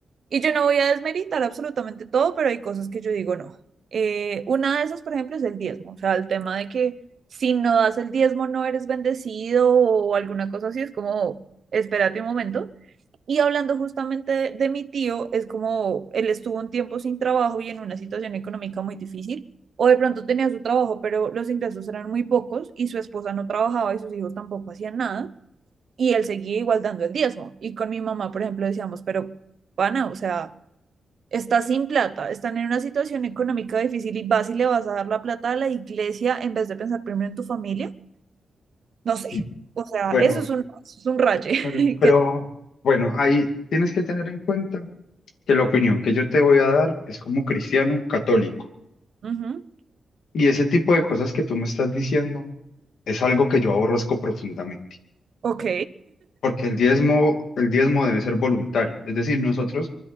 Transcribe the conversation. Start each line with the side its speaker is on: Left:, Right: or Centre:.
Right: y yo no voy a desmeritar absolutamente todo, pero hay cosas que yo digo no. Eh, una de esas, por ejemplo, es el diezmo, o sea, el tema de que si no das el diezmo no eres bendecido o alguna cosa así, es como, espérate un momento. Y hablando justamente de, de mi tío, es como él estuvo un tiempo sin trabajo y en una situación económica muy difícil. O de pronto tenía su trabajo, pero los ingresos eran muy pocos y su esposa no trabajaba y sus hijos tampoco hacían nada y él seguía igual dando el diezmo. Y con mi mamá, por ejemplo, decíamos, pero pana, o sea, estás sin plata, están en una situación económica difícil y vas y le vas a dar la plata a la iglesia en vez de pensar primero en tu familia. No sé,
Left: Y
Right: o sea,
Left: bueno,
Right: eso es un, eso es un raye.
Left: pero,
Right: <laughs>
Left: pero
Right: que,
Left: bueno, ahí tienes que tener en cuenta que la opinión que yo te voy a dar es como cristiano católico.
Right: ujú,
Left: Y ese tipo de cosas que tú me estás diciendo es algo que yo aborrezco profundamente.
Right: ok,
Left: porque el diezmo, el diezmo debe ser voluntario. Es decir, nosotros